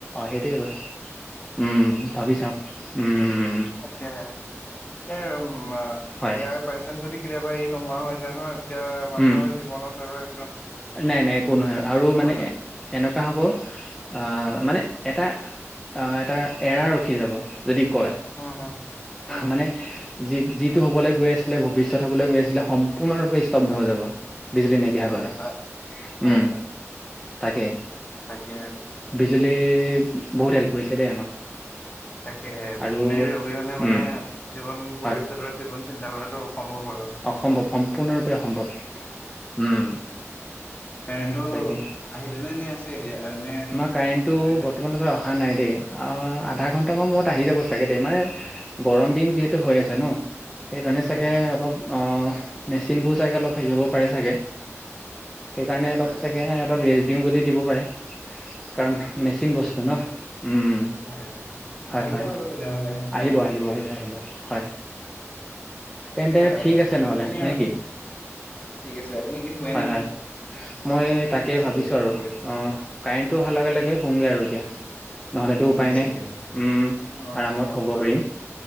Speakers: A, in the centre; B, on the left.
A: সেইটোৱে হয়। উম
B: <inaudible>
A: ভাবি চাম, উমম।
B: তাকে, ইয়াৰ উ
A: হয়
B: ইয়াৰ পাৰ্চেন যদি কেতিয়াবা ই নোহোৱা হৈ যায় নহয়। এতিয়া মানুহৰ
A: উম
B: জীৱনত আৰু এ
A: নাই নাই একো নহয়, আৰু মানে
B: যাব
A: এনেকুৱা হ'ব, আহ
B: উম
A: মানে এটা, এটা এৰা ৰখি যাব যদি কয়।
B: উম উম। উম
A: মানে। যি যিটো হ'বলৈ গৈ আছিলে ভৱিষ্যত হবলৈ গৈ আছিলে সম্পূৰ্ণৰূপে স্তব্ধ হৈ যাব, বিজলী নেট, <unintelligible>
B: হয় হয় হয়
A: উম,
B: হয়
A: তাকে,
B: তাকে আৰু
A: বিজুলী।
B: উম।
A: বহুত হেল্প কৰিছে দেই আমাক।
B: তাকে হে বিজুলীৰ
A: আৰু
B: অবিহনে মানে
A: উম
B: জীৱন
A: হয়
B: ভৱিষ্যতৰ জীৱন চিন্তা কৰাতো, অসম্ভৱ হয়।
A: অসম্ভৱ সম্পূৰ্ণৰূপে অসম্ভৱ, উম।
B: কাৰেনটো,
A: তাকে
B: আহিলে নে এনেই আছে এতিয়া। নে
A: আমাৰ কাৰেণ্টটো
B: অহাই নাই
A: বৰ্তমানলৈকে অহা অহা নাই দেই, আৰু আধা ঘণ্টামান মূৰত আহি যাব চাগে দেই মানে, গৰম দিন যিহেতু হৈ আছে ন, সেইকাৰণে
B: হয়
A: চাগে
B: হয়
A: অলপ। অঁ মেচিনবোৰ চাগে অলপ হেৰি হ'ব পাৰে চাগে। সেই কাৰণে
B: হ'ব
A: অলপ
B: পাৰে
A: চাগে সিহঁতক ৰেষ্ট দিও বুলি দিব পাৰে, কাৰণ
B: তাকে
A: মেচিন বস্তু <unintelligible> উম।
B: হয় হয়
A: হয়
B: আহিব
A: হয়,
B: আৰু তেনেহ'লে কাৰেণ্টটো
A: আহিব আহিব
B: এতিয়া
A: আহিব
B: আৰু
A: আহিব হয়।
B: তাকে
A: তেন্তে,
B: আৰু
A: ঠিক আছে
B: ইমানখিনিয়ে
A: নহলে নে
B: আৰু
A: কি।
B: ঠিক আছে আপুনি কি শুৱে
A: হয়
B: নেকি
A: হয়, মই তাকে
B: ঠিক আছে
A: ভাবিছো
B: দিয়ক
A: আৰু
B: হ'ব দিয়ক
A: অঁ। কাৰেণ্টটো অহাৰ লগে লগে হোমগে আৰু এতিয়া। নহ'লেতো
B: ঠিক
A: উপায়
B: আছে
A: নাই,
B: দিয়ক।
A: উম,
B: অ
A: আৰামত
B: হ'ব
A: শুব
B: বাৰু
A: পাৰিম।